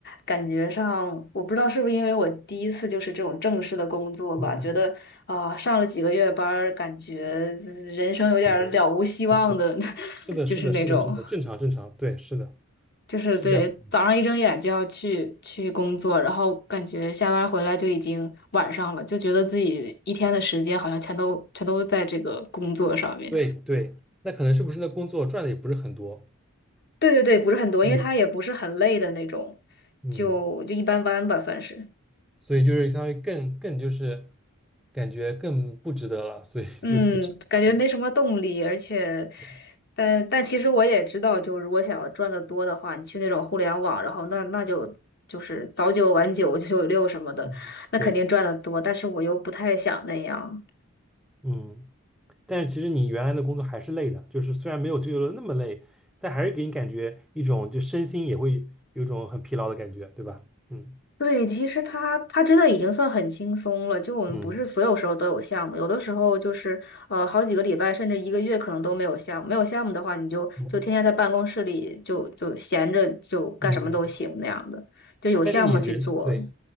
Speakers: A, on the left; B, in the centre.
A: 感觉上，我不知道是不是因为我第一次就是这种正式的工作吧，
B: 嗯，
A: 觉得啊、上了几个月班儿，感觉呃人生有点儿了无希望的，
B: 很累，对对，
A: <laughs>
B: 是的，
A: 就是那种。
B: 是的，是的，是的，正常正常，对，是的，
A: 就是对，
B: 是这样子，
A: 早上一睁眼就要去去工作，然后感觉下班回来就已经晚上了，就觉得自己一天的时间好像全都全都在这个工作上面。
B: 对对，那可能是不是那工作赚的也不是很多，
A: 对对对，不是很多，
B: 所以
A: 因为他也不是很累的那种，
B: 嗯，
A: 就就一般般吧，算是。
B: 所以就是相当于更更就是感觉更不值得了，所以就辞职了，
A: 嗯，感觉没什么动力，
B: 嗯，
A: 而且，
B: 对，
A: 但但其实我也知道，就如果想要赚的多的话，你去那种互联网，然后那那就就是早九晚九、九九六什么的，
B: 嗯，
A: 那肯定赚的多。
B: 对，
A: 但是我又不太想那样，
B: 嗯，但是其实你原来的工作还是累的，就是虽然没有自由的那么累，但还是给你感觉一种就身心也会有一种很疲劳的感觉，对吧？嗯
A: 对，其实他他真的已经算很轻松了。就我们不是所有时候都有项目，
B: 嗯
A: 有的时候就是呃好几个礼拜甚至一个月可能都没有项目。没有项目的话，你就就天天在办公室里就就闲着就干什么都行那样的，
B: 嗯嗯嗯，
A: 就有项目去做。
B: 但是你人对。